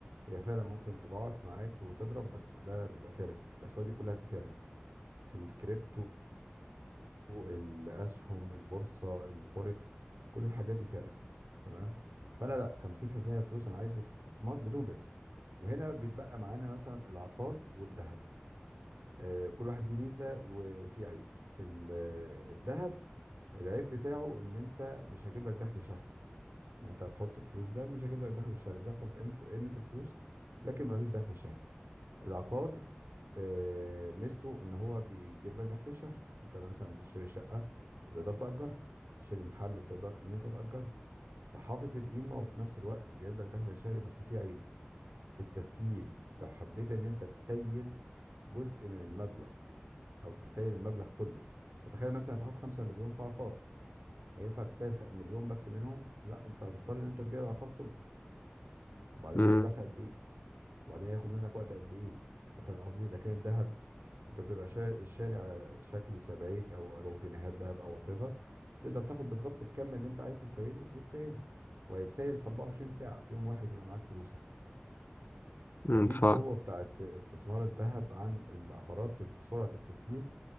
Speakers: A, on the right; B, on the left.
A: هي فعلا ممكن تضاعف معاك وتضرب بس ده بيبقى فيها ريسك الاسواق دي كلها فيها ريسك الكريبتو الاسهم البورصه الفوركس كل الحاجات دي فيها ريسك تمام فانا لا 50% من الفلوس انا عايزه في استثمار بدون ريسك وهنا بيتبقى معانا مثلا العقار والذهب آه، كل واحد ليه ميزه وفي عيب ال- الذهب العيب بتاعه ان انت مش هجيب لك دخل شهري يعني انت هتحط الفلوس ده مش هجيب لك دخل شهري بيحفظ قيمه قيمه الفلوس لكن ما فيش دخل شهري العقار آه، ميزته ان هو بيجيب لك دخل شهري انت مثلا بتشتري شقه وتقدر تاجرها تشتري محل وتقدر ان انت تاجره فحافظ القيمه وفي نفس الوقت جايب لك دخل شهري بس في عيب في التسييل لو حبيت ان انت تسيل جزء من المبلغ او تسيل المبلغ كله فتخيل مثلا انت حاطط 5 مليون في عقار هينفع تسال خ- مليون بس منهم لا انت هتضطر ان انت تبيع العقار كله وبعدين
B: مم،
A: هيتباع في قد ايه وبعدين هياخد منك وقت قد ايه انت فاهم قصدي لكن الذهب انت بتبقى شا- شاري على شكل سبائك او او جنيهات ذهب او وات ايفر تقدر تاخد بالظبط الكم اللي انت عايز تسيله وتسيله وهيتسيل في 24 ساعه في يوم واحد يبقى معاك فلوسك
B: مم،
A: فدي
B: ف
A: القوه بتاعت استثمار الذهب عن العقارات في سرعه التسييل